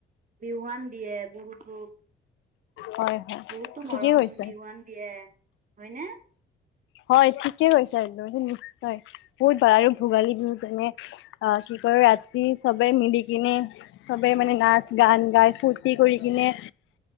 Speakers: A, on the right (about 40°); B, on the left (about 75°).
A: বিহুৱান দিয়ে বহুতো।
B: হয় হয়
A: বহুতো
B: ঠিকেই
A: মৰম
B: কৈছে
A: বিহুৱান দিয়ে হয় ন।
B: হয় ঠিকে কৈছ একদম নিশ্চয় বহুত ভাল আৰু ভোগালী কিন তেনে অ কি ক ৰাতি চবে মিলি কিনে সবে মানে নাচ গান গাই ফূুৰ্তি কৰি কিনে